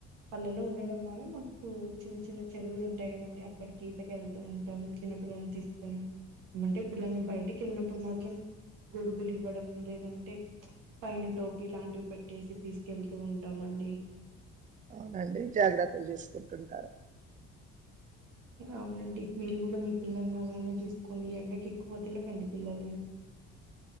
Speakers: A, on the right (about 80°); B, on the right (about 25°).
A: పల్లెలో ఉండ డం వల్ల మాకు చిన్న చిన్న చెరువులు ఉంటాయి. కదండి అక్కడికి ఈతక వెళ్తూ ఉంటాం. చిన్న పిల్లల్ని తీసుకొని ఏమంటే పిల్లల్ని బయటికి వెళ్ళినప్పుడు మాత్రం గొడుగులు ఇవ్వడం లేదంటే పైన టోపి లాంటివి పెట్టేసి తీసుకెళ్తూ ఉంటాం. అండి
B: అవునండి జాగ్రత్తలు తీసుకుంటుంటారు
A: అవునండి మీరు కూడా మీ పిల్లల్ని అలానే చూసుకోండి. ఎండకి ఎక్కువదలకండి పిల్లలను